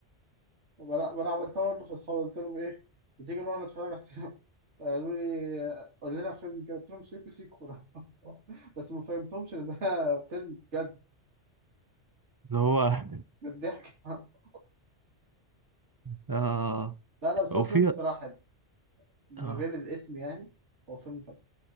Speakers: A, on the right; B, on the right.
A: فأنا فأنا عملتها برضه في أصحابي قلت لهم إيه ما تيجي نروح نتفرج على السينما قالوا لي قول لنا فيلم كده قلت لهم سيكو سيكو <laughs> بس ما فهمتهمش إن ده <laughs> فيلم جد
B: اللي هو
A: جد ضحك <laughs>
B: <laughs> اه
A: لا لا بس
B: وفي
A: هو فيلم صراحة حلو من
B: اه
A: غير الاسم يعني هو فيلم حلو